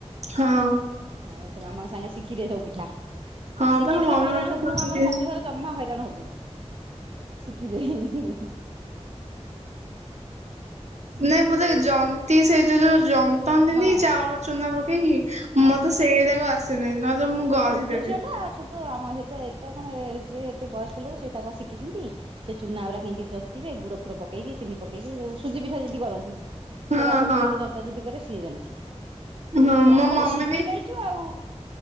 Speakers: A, on the right; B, on the right.
A: ହଁ।
B: ହଉ ତ ମାମାଙ୍କ ସାଙ୍ଗେ ଶିଖିଦେ ସବୁ ପିଠା।
A: ହଁ
B: ଶିଖେଇ
A: ବା ମୋ
B: ଦେଲେ
A: ମମି
B: ହଇରାଣ
A: ମୋଠୁ
B: ହବୁନୁ
A: ସବୁ ଶିଖିଯାଇଛି।
B: ଆମର ଶାଶୁ ଘରେ ଜମା ହଇରାଣ ହବୁନୁ। ଶିଖି ଦେଇ ହିଁ ହିଁ।
A: ନାଇଁ ମତେ ଜନ୍ତି ସେଇ ଯ ଯଉ ଜମ ନ୍ତିନି
B: ହଁ
A: ଚାଉଳ ଚୁନା ପକେଇକି
B: ହଁ।
A: ମତେ ସେଇରାଗ ଆସେନାହିଁ ନହେଲେ
B: ଆ
A: ମୁଁ
B: ତ
A: ଗଢ଼ି
B: ଛୋଟ
A: ଦେବି।
B: ଝିଅ ଟା ଛୋଟ ଆମ ସେଟା ଏଟା କଣ ଯିଏ ଏତେ ବୟସ୍କ ଲୋକ ସେ ତାଙ୍କର ଶିଖିଛନ୍ତି। ସେ ଚୁନାଗୁରା କିଇନ୍ତି ଜନ୍ତିବେ ଗୁଡ ଫୁଡ ପକେଇକି ଚିନି ପକେଇକି ଯଉ ସୁଜି ପିଠା ଯେମିତି କରନ୍ତି।
A: ହଁ
B: ସେରା ସବୁ
A: ହଁ।
B: କିନ୍ଦି ଜନ୍ତା ଜୁନ୍ତି କରିବେ ସିଏ ଜାଣିଛନ୍ତି।
A: ହଁ
B: ଛୁଆ
A: ମୋ
B: ଆମର
A: ମମି
B: ତ ଶିଖି
A: ବି
B: ଦେଇଛୁ ଆଉ